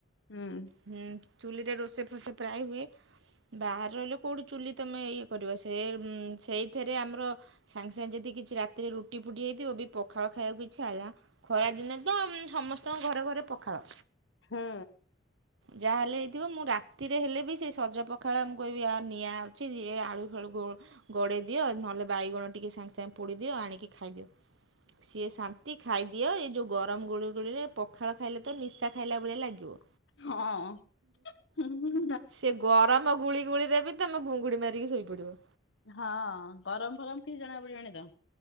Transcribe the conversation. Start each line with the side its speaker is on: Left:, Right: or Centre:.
Left: ହୁଁ।
Right: ହୁଁ ଚୁଲିରେ ରୋଷେଇ ଫୋସେଇ ପ୍ରାୟ ହୁଏ ବାହାରେ ରହିଲେ କେଉଁଠି ଚୁଲି ତୁମେ ଏଇ ସେ ସେଇଥିରେ ଆମର ସାଙ୍ଗେ ସାଙ୍ଗେ ଯଦି କିଛି ରାତିରେ ରୁଟି ଫୁଟି ହେଇଥିବ ବି ପଖାଳ ଖାଇବାକୁ ଇଛି ହେଲାା ଖରା ଦିନେ ତ ସମସ୍ତଙ୍କ ଘରେ ଘରେ ପଖାଳ
Left: ହୁଁ।
Right: ଯାହାହେଲେ ହେଇଥିବ ମୁଁ ରା ରେ ହେଲେ ବି ସେ ସଜ ପଖାଳ କହିବି ଆ ନିଆଁ ଅଛି ଆଳୁଳୁ ଗଡ଼େଇ ଦିଅ ନ ତାଲେ ବାଇଗଣ ଟିକେ ସାଙ୍ଗେ ସାଙ୍ଗେ ପୋଡ଼ିଦିଅ ଆଣିକି ଖାଇଦିଅ। ସିଏ ଶାନ୍ତି ଖାଇଦିଅ ଏ ଯୋଉ ଗରମ ଗୁଳୁ ଗୁଳିରେ ପଖାଳ ଖାଇଲେ ତ ନିଶା ଖାଇଲା ଭଳିଆ ଲାଗିବ।
Left: ହଁ।
Right: ସିଏ ଗରମ ଗୁଳି ଗୁଳି ରେ ବି ତମ ଗୁଙ୍ଗୁଡି ମାରିକି ଶୋଇପଡିବ।
Left: ହଁ ଗରମ ଫରମ କିଛି ଜଣା ପଡିବଣିି ତ।